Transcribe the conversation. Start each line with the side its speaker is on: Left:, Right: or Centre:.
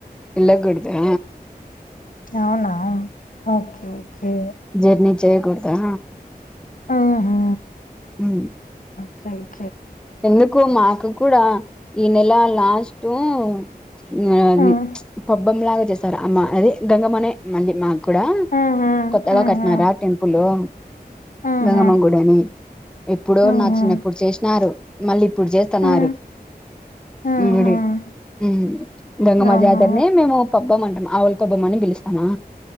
Centre: వెళ్లకూడదా
Left: అవునా ఓకే ఓకే
Centre: జర్నీ చేకూడదా
Left: ఆహా
Centre: హు
Left: క్షంగ్
Centre: ఎందుకు మాకు కూడా ఈ నెల లాష్ టూ మ్ అది
Left: హ్మ్.
Centre: పబ్బమ్లాగ జెస్ స్తర్ అమ్మా అది గంగమ్మనే మళ్ళీ మా కూడా
Left: హుహు.
Centre: కొత్తగా
Left: హుహు.
Centre: కట్టినారా టెంపులు
Left: హుహు.
Centre: గంగమ్మ గుడని. ఎప్పుడో
Left: హుహు.
Centre: నా చిన్నప్పుడు చేషినారు మళ్ళీ ఇప్పుడు జేత్తాన్నారు.
Left: హ్మ్. హ్మ్.
Centre: ఈ గుడి
Left: హ్మ్.
Centre: హు గంగమ్మ
Left: అవునా
Centre: జాతరనే మేము పబ్బమంటం మ ఆ ఒల్పొబమ్మని బిలుస్తామా